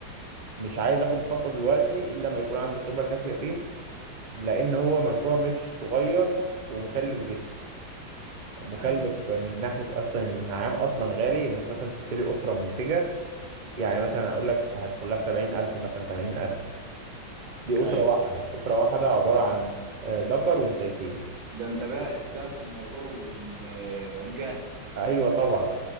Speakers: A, on the right; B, on the right.
A: مش عايز آخد الخطوة دلوقتي إلا لما يكون عندي خبرة كافية فيه لأن هو مشروع مش صغير ومكلف جدا مكلف
B: ايوه
A: من ناحية أصلا النعام أصلا غالي إنك مثلا تشتري أسرة منتجة يعني مثلا هقول لك هتدخل لها في 70000 مثلا 80000 دي أسرة
B: ايوه
A: واحدة أسرة واحدة عبارة عن آه، ذكر وانتيتين
B: ده انت باحث بقى في الموضوع وم... ومجهز
A: أيوة طبعا